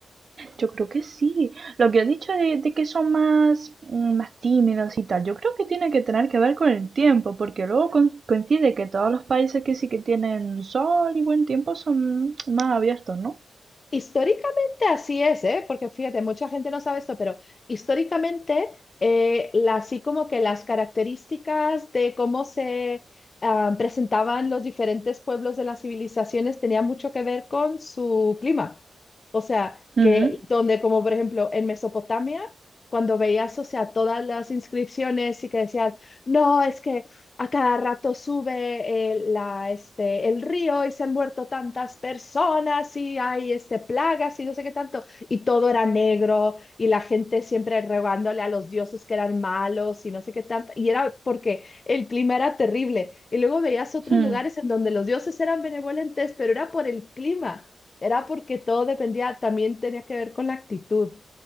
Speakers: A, on the right; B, on the left.
A: Yo creo que sí. Lo que has dicho de, de que son más, mm, más tímidos y tal, yo creo que tiene que tener que ver con el tiempo, porque luego con- coincide que todos los países que sí que tienen sol y buen tiempo son más abiertos, ¿no?
B: Históricamente así es, ¿eh? Porque fíjate, mucha gente no sabe esto, pero históricamente eh, la- así como que las características de cómo se ah, presentaban los diferentes pueblos de las civilizaciones tenía mucho que ver con su clima. O sea,
A: Mm,
B: que donde como por ejemplo en Mesopotamia, cuando veías, o sea, todas las inscripciones y que decías, no, es que a cada rato sube el, la, este, el río y se han muerto tantas personas y hay este, plagas y no sé qué tanto. Y todo era negro y la gente siempre rogándole a los dioses que eran malos y no sé qué tanto. Y era porque el clima era terrible. Y luego veías otros
A: mm,
B: lugares en donde los dioses eran benevolentes, pero era por el clima. Era porque todo dependía, también tenía que ver con la actitud.